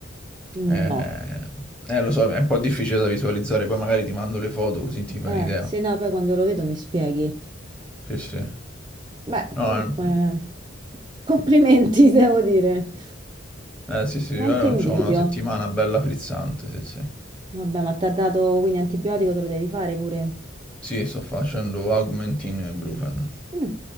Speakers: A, on the right; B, in the centre.
A: Mm,
B: Eh,
A: No.
B: eh, lo so, è un po' difficile da visualizzare, poi magari ti mando le foto così ti fai
A: Eh,
B: un'idea.
A: sì, no, poi quando lo vedo mi spieghi.
B: Sì, sì.
A: Beh,
B: No,
A: comunque, complimenti, <laughs> devo dire.
B: eh, eh, sì, sì, io
A: Non ti invidio.
B: ho una settimana bella frizzante, sì, sì.
A: Vabbè, ma ti ha dato quindi antibiotico, te lo devi fare pure.
B: Sì, sto facendo Augmentin e Brufen,
A: Mm,